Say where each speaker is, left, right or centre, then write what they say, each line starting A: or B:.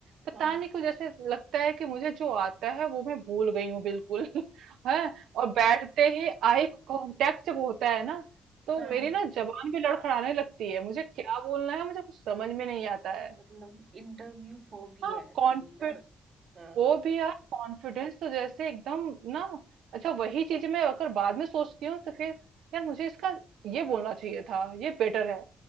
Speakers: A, on the right (about 85°); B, on the right (about 45°).
A: पता
B: हाँ
A: नहीं क्यों जैसे लगता है कि मुझे जो आता है वो मैं भूल गई हूँ बिल्कुल <laughs> है और बैठते ही आई कांटेक्ट जब होता है ना तो
B: हाँ
A: मेरी ना जबान भी लड़खड़ाने लगती है मुझे क्या बोलना है मुझे कुछ समझ में नहीं आता है
B: मतलब इंटरव्यू फोबिया
A: हाँ
B: है
A: कॉन्फिड
B: तुम्हें है ना हाँ
A: वो भी यार कॉन्फिडेंस तो जैसे एकदम ना अच्छा वही चीज मैं अगर बाद में सोचती हूँ तो फिर यार मुझे इसका ये बोलना चाहिए था ये बेटर है